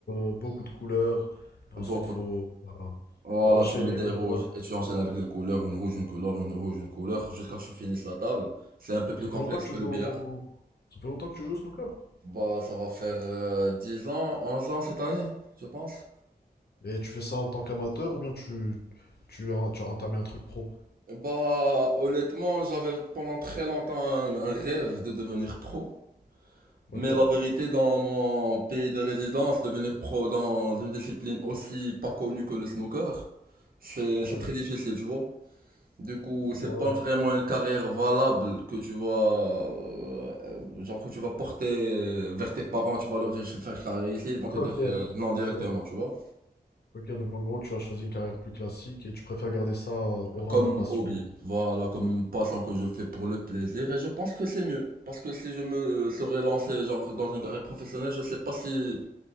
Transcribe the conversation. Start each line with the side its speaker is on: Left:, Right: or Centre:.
Left: euh, beaucoup de couleurs. Ensuite,
Right: beaucoup
Left: faut, voilà,
Right: Voilà,
Left: faut enchaîner.
Right: tu mets des
Left: ouais,
Right: rouges
Left: voilà.
Right: et tu enchaînes avec les couleurs, une rouge, une couleur, une rouge, une couleur, jusqu'à ce que tu finisses la table. C'est un peu plus
Left: Ça
Right: complexe
Left: fait longtemps que
Right: que
Left: tu joues,
Right: le billard.
Left: au- ça fait longtemps que tu joues au snooker.
Right: Bah, ça va faire euh, 10 ans, onze ans cette année, je pense.
Left: Et tu fais ça en tant qu'amateur ou bien tu, tu, en- tu as entamé un truc pro?
Right: Bah, honnêtement, j'avais pendant très longtemps un, un rêve de devenir pro.
Left: Ok?
Right: Mais la vérité, dans mon pays de résidence, devenir pro dans une discipline aussi pas connue que le snooker, c'est
Left: Ouais.
Right: c'est très difficile, tu vois. Du coup, c'est
Left: Ouais,
Right: pas vraiment
Left: je-
Right: une carrière valable que tu vas, euh, genre que tu vas porter euh, vers tes parents, tu vas leur dire je vais faire carrière ici, ils vont te
Left: Ok.
Right: dire euh, non directement,
Left: Ok,
Right: tu vois.
Left: Ok, donc en gros, tu as choisi une carrière plus classique et tu préfères garder ça euh, au rang
Right: Comme
Left: de passion.
Right: hobby, voilà, comme une passion que je fais pour le plaisir, et je pense que c'est mieux. Parce que si je me serais lancé genre dans une carrière professionnelle, je sais pas si